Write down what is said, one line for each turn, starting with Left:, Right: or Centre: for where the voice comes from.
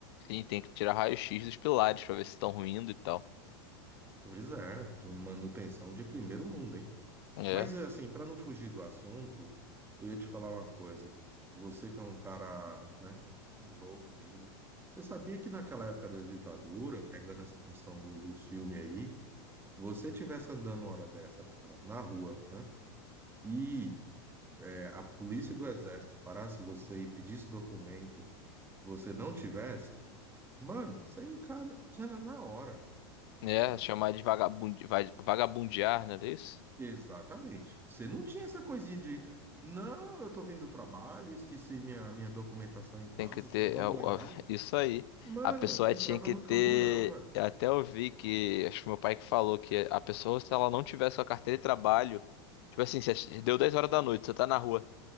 Left: Sim, tem que tirar raio-x dos pilares pra ver se estão ruindo e tal.
Right: Pois é, tu- manutenção de primeiro mundo, hein?
Left: É,
Right: Mas eh, assim, para não fugir do assunto, eu ia te falar uma coisa. Você que é um cara, né, novo ainda, você sabia que naquela época da ditadura, pegando essa questão do, do filme aí, você tivesse andando uma hora dessa, cara, na rua, né? E é, a polícia do exército parasse você e pedisse documento, você não tivesse, mano, você encana, cana na hora.
Left: é
Right: sabe?
Left: chamar de vagabundi, va- vagabundear, não é isso?
Right: Exatamente. Você não tinha essa coisinha de, não, eu tô vindo do trabalho, esqueci minha, minha documentação em casa
Left: Tem que ter.
Right: e tal, vamos
Left: é o-
Right: lá em casa.
Left: é Isso aí.
Right: Mano,
Left: A pessoa
Right: entrava
Left: tinha que
Right: no
Left: ter.
Right: camburão, velho.
Left: Eu até ouvi que. Acho que meu pai que falou que a pessoa, se ela não tivesse a carteira de trabalho. Tipo assim, se deu 10 horas da noite, você tá na rua